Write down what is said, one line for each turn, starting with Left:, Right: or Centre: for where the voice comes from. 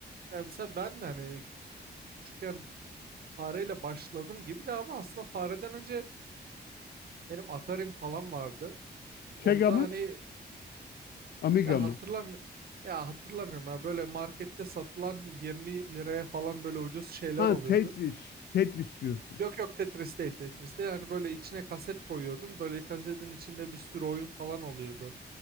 Right: yani mesela ben de hani küçükken fareyle başladım gibi de ama aslında fareden önce benim Atari'm falan vardı.
Left: Sega
Right: Onda
Left: mı?
Right: hani
Left: Amiga
Right: ya
Left: mı?
Right: hatırlam ya hatırlamıyorum ya böyle markette satılan 20 liraya falan böyle ucuz şeyler
Left: Ha
Right: oluyordu.
Left: Tetris. Tetris diyorsun.
Right: Yok yok Tetris değil Tetris değil. Yani böyle içine kaset koyuyordun. Böyle kasetin içinde bir sürü oyun falan oluyordu.